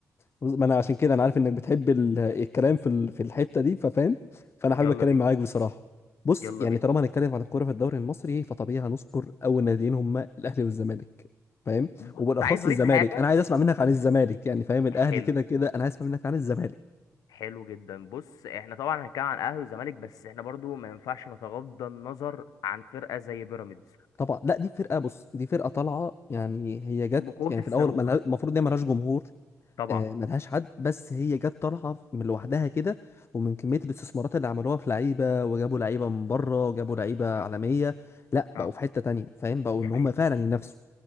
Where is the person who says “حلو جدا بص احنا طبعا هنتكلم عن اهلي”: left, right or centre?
Left